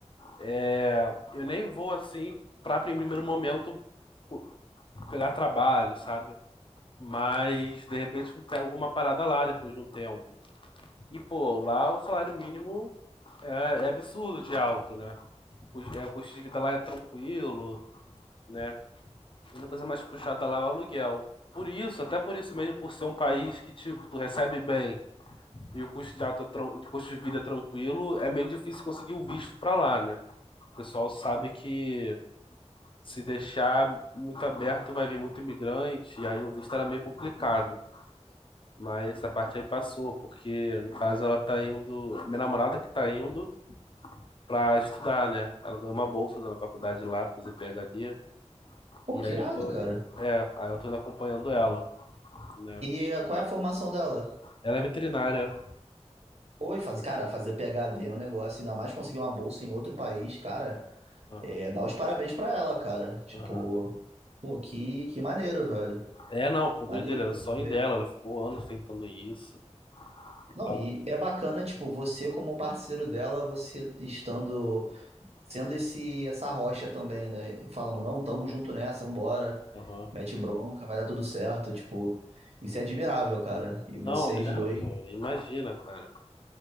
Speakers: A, on the left; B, on the right.
A: é, eu nem vou assim pra em primeiro momento co- pegar trabalho, sabe? Mas de repente eu pego alguma parada lá depois de um tempo. E pô, lá o salário mínimo É, é absurdo de alto, né? O, é, o custo de vida lá é tranquilo, né? A única coisa mais puxada lá é o aluguel. Por isso, até por isso mesmo, por ser um país que, tipo, tu recebe bem e o custo de, alto, é tran- de custo de vida é tranquilo, é meio difícil conseguir o visto pra lá, né? O pessoal sabe que se deixar muito aberto vai vir muito imigrante, e aí o visto era meio complicado. Mas essa parte aí passou, porque no caso ela tá indo, minha namorada que tá indo, para estudar, né? Ela ganhou uma bolsa da faculdade lá, pra fazer PhD.
B: Pô,
A: E
B: que
A: aí
B: irado,
A: eu tô.
B: cara.
A: É, aí eu tô indo acompanhando ela, né?
B: E eh, qual é a formação dela?
A: Ela é veterinária.
B: Oi, faz, cara, fazer PhD é um negócio, ainda mais conseguir uma bolsa em outro país, cara.
A: Aham,
B: É, dá os parabéns pra ela, cara. Tipo,
A: aham.
B: pô, que, que maneiro, velho.
A: É, não, pô, doideira,
B: Maneiríssimo
A: era o sonho
B: mesmo.
A: dela. Ela ficou anos tentando isso.
B: Não,
A: Ela-
B: e é bacana, tipo, você como parceiro dela, você estando sendo esse essa rocha também, né? Falando, não, tamo junto nessa, vambora,
A: Aham.
B: mete bronca, vai dar tudo certo, tipo, isso é admirável, cara. E vocês
A: Não, é,
B: dois,
A: pô, imagina, cara.